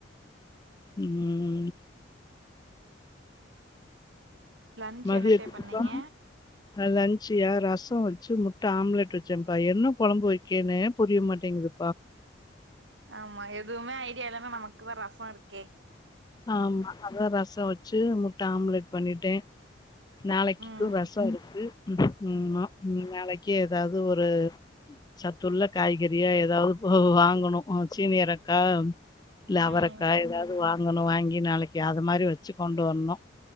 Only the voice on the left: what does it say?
ம்
மதியத்துக்குப்பா
லன்சியா ரசோ வெச்சு முட்ட ஆம்லெட் வெச்சேன்ப்பா என்ன கொழம்பு வெக்கேனே புரிய மாட்டேங்குது
ஆமா அதா ரசோ வெச்சு முட்ட ஆம்லெட் பண்ணிட்டேன் நாளைக்கு
ரசோ இருக்கு ம் மா நாளைக்கு எதாவது ஒரு சத்துள்ள காய்கறியா எதாவது வாங்கணு சீனக எறக்கா இல்ல
அவரைக்கா எதாவது வாங்கணு வாங்கி நாளைக்கு அது மாரி வெச்சு கொண்டு வரனு